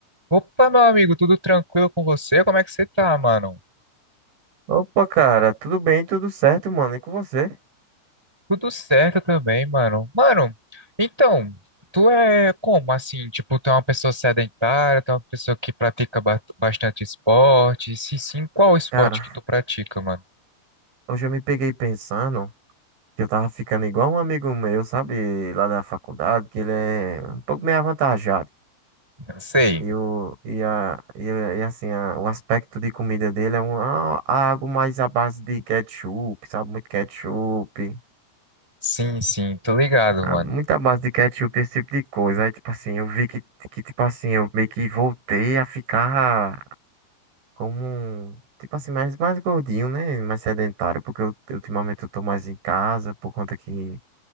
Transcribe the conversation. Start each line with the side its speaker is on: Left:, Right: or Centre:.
Centre: Opa, meu amigo, tudo tranquilo com você? Como é que você tá, mano?
Right: Opa, cara, tudo bem, tudo certo, mano, e com você?
Centre: Tudo certo também, mano. Mano, então, tu é como assim? Tipo, tu é uma pessoa sedentária, tu é uma pessoa que pratica ba- bastante esporte? Se sim, qual esporte
Right: Cara,
Centre: que tu pratica, mano?
Right: hoje eu me peguei pensando que eu tava ficando igual um amigo meu, sabe, lá da faculdade, que ele é um pouco meio avantajado.
Centre: Sei.
Right: E, o, e, a, e, a- e assim, a- o aspecto de comida dele é um, a- algo mais à base de ketchup, sabe, muito ketchup,
Centre: Sim, sim, tô ligado,
Right: ah,
Centre: mano.
Right: muita base de ketchup, esse tipo de coisa. Aí, tipo assim, eu vi que, que tipo assim, eu meio que voltei a ficar. Como, tipo assim, mais, mais gordinho, né? Mais sedentário, porque eu, ultimamente eu tô mais em casa por conta que,